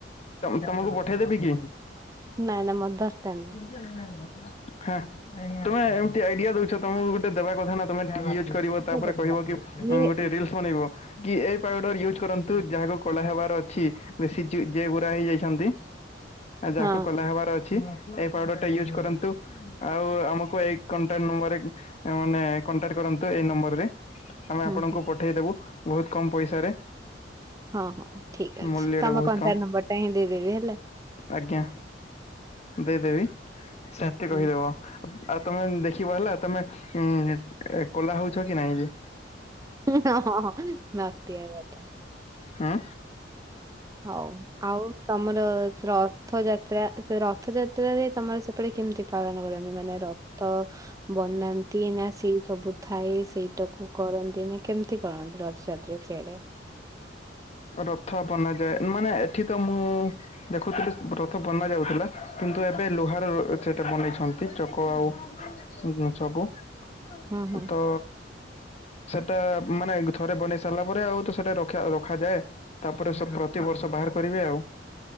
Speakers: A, on the left; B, on the right.
A: ତମ ତମକୁ ପଠେଇଦେବି କି?
B: ନାଇଁ ନାଇଁ ମୋର ଦରକାର ନାଇଁ।
A: ହେଁ ତମେ ଏମିତି ଆଇଡିଆ ଦଉଛ, ତମକୁ ଗୋଟେ ଦେବା କଥା ନା। ମାନେ ଟିକେ ୟୁଜ୍ କରିବ ତାପରେ
B: ମୋର ଦରକାର
A: କହିବ କି
B: ନାହିଁ। ଇଏ
A: ଗୋଟେ ରିଲ୍ସ ବନେଇବ କି ଏ ପାଉଡର ୟୁଜ୍ କରନ୍ତୁ ଯାହାକୁ କଳା ହେବାର ଅଛି, ବେଶୀ ଯିଏ ଗୋରା ହେଇ ଯାଇଛନ୍ତି ଯାହାକୁ,
B: ହଁ
A: କଳା ହେବାର ଅଛି ଏଇ ପାଉଡର ଟା ୟୁଜ କରନ୍ତୁ। ଆଉ ଆମକୁ ଏଇ କଣ୍ଟାଣ୍ଟ ନମ୍ବରରେ ମାନେ କଣ୍ଟାକ୍ଟ କରନ୍ତୁ ଏଇ ନମ୍ବରରେ। ଆମେ
B: ହୁଁ
A: ଆପଣଙ୍କୁ,
B: ହୁଁ
A: ପଠେଇଦବୁ ବହୁତ କମ ପଇସାରେ।
B: ହଁ ହଁ ଠିକ ଅଛି
A: ମୂଲ୍ୟଟା
B: ତମ
A: ବହୁତ
B: କଣ୍ଟାକ୍ଟ
A: କମ୍
B: ନମ୍ବର ଟା ହିଁ ଦେଇଦେବି ହେଲା।
A: ଆଜ୍ଞା, ଦେଇଦେବି ସାଥି
B: ହଁ
A: କହିଦେବ। ଆଉ ତମେ ଦେଖିବ ହେଲା ତମେ ଉଁ କୋଲା ହଉଛ କି ନାଇଁ ଯେ?
B: ହୁଁ ହୁଁ ହଁ ହଁ ନଟିଆ କଥା।
A: ହେଁ
B: ହଉ ଆଉ ତମର ରଥଯାତ୍ରା ସେ ରଥଯାତ୍ରାରେ ତମର ସେପ ସେପଟେ କେମିତି ପାଳନ କରନ୍ତି? ମାନେ ରଥ ବନାନ୍ତି ନା ସେଇ ସବୁ ଥାଏ ସେଇଟାକୁ କରନ୍ତି ନା କେମିତି କରନ୍ତି ରଥଯାତ୍ରା ସିଆଡେ?
A: ରଥ ବନାଯାଏ। ମାନେ ଏଠି ତ ମୁଁ ଦେଖୁଥିଲି ରଥ ବନାଯାଉଥିଲା କିନ୍ତୁ ଏବେ ଲୁହାର ସେଇଟା ବନେଇଛନ୍ତି ଚକ ଆଉ <inaudible> ତୁ
B: ହୁଁ ହୁଁ
A: ତ ସେଇଟା ମାନେ ଥରେ ବନେଇ ସାରିଲା ପରେ ଆଉ ତ ସେଇଟା ରଖା ରଖାଯାଏ ତାପରେ, ସେ ପ୍ରତିିବର୍ଷ ବାହାର କରିବେ ଆଉ।